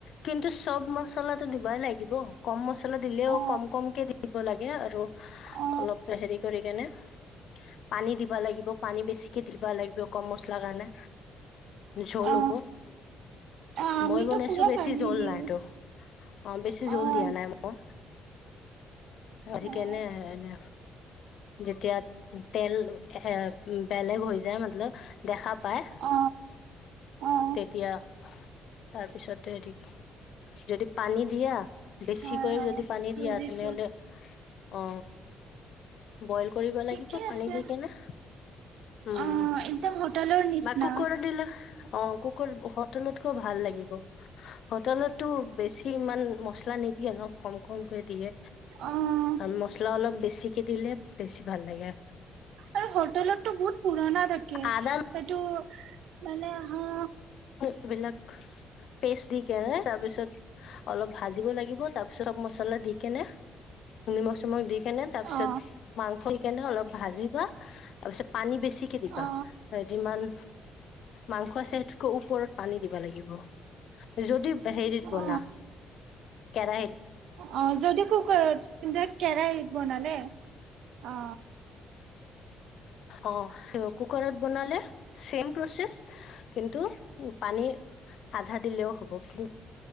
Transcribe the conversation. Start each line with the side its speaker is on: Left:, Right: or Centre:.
Left: কিন্তু চ'ব ম মচলাটো দিবাই লাগিব। কম মছলা দিলেও
Right: অ
Left: কম কমকে দিব লাগে আৰু-
Right: অ
Left: অলপ হেৰি কৰি কেনে পানী দিবা লাগিব। পানী বেছিকে দি দিব লাগিব কম মছলা কাৰণে। জোল
Right: অ
Left: হ'ব।
Right: অ আমিতো
Left: মই বনাইছো
Right: পুৰা
Left: বেছি
Right: পানী
Left: জোল
Right: দিওঁ
Left: নাইতো। অঁ' বেছি
Right: অ
Left: জোল দিয়া
Right: অ
Left: নাই মই। আজি
Right: অ
Left: কেনে আহে এনে, যেতিয়া তেল এ বেলেগ হৈ যায় মতলব দেখা পায়।
Right: অ হয়
Left: তেতিয়া তাৰপিছত হেৰি যদি পানী দিয়া বেছিকৈ
Right: হয়
Left: যদি পানী
Right: বুজিছো
Left: দিয়া তেনেহলে অ বইল কৰিব
Right: ঠিকে
Left: লাগিব পানী
Right: আছে
Left: দি কিনা। উম
Right: অ একদম হোটেলৰ নিচিনা
Left: বাকো কুকৰত দিলে। অ কুকুৰত হোটেলতকৈ ভাল লাগিব। হোটেলতটো বেছি ইমান মছলা নিদিয়ে ন কম কমকে দিয়ে।
Right: অঁ।
Left: আৰু মছলা অলপ বেছিকে দিলে বেছি ভাল লাগে।
Right: আৰু হোটেলতটো বহুত পুৰণা থাকে
Left: আদা
Right: সেইটো মানে আহ।
Left: ক বিলাক টেষ্টি কে তাৰ পিছত। অলপ ভাজিব লাগিব তাৰ পিছত মছলা দি কেনে। নিমখ চিমখ দি কেনে তাৰপিছত
Right: অ
Left: মাংস দি কেনে অলপ ভাজিবা। তাৰপিছত পানী বেছিকে দিবা
Right: অ
Left: যিমান মাংস আছে সেইটো। কৌ ওপৰত পানী দিব লাগিব যদি হেৰিত বনা।
Right: অ
Left: কেৰাহিত।
Right: অ যদি কুকাৰত কিন্ত কেৰাহীত বনালে অ।
Left: অ কুকাৰত বনালে। চেম প্ৰচেছ কিন্তু, পানী আধা দিলেওঁ হ'ব কিন